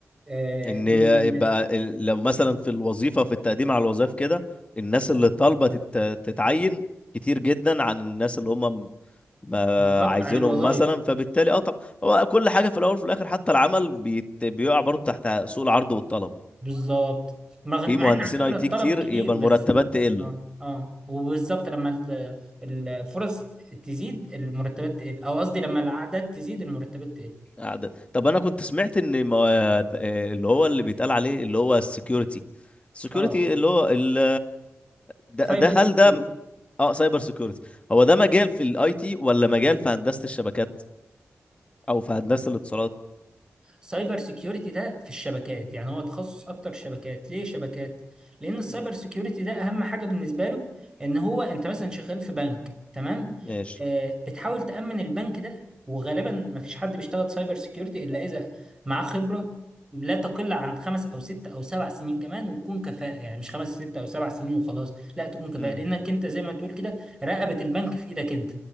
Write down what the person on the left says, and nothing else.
ان
يبقى ال- لو مثلا في الوظيفه في التقديم على الوظائف كده الناس اللي طالبه تت- تتعين كتير جدا عن الناس اللي هم ما
عايزينهم
مثلا فبالتالي اه طب هو كل حاجه في الاول وفي الاخر حتى العمل بيت بيقع برضه تحت سوق العرض والطلب
في
مهندسين
اي تي
كتير
يبقى
المرتبات
تقل
عد- طب انا كنت سمعت ان ما آه، اللي هو اللي بيتقال عليه اللي هو السكيورتي السكيورتي
اللي هو ال- ده,
ده هل
ده اه سايبر سيكيورتي هو ده مجال في الاي تي ولا مجال في هندسة الشبكات او في هندسة الاتصالات
مم.
ماشي
امم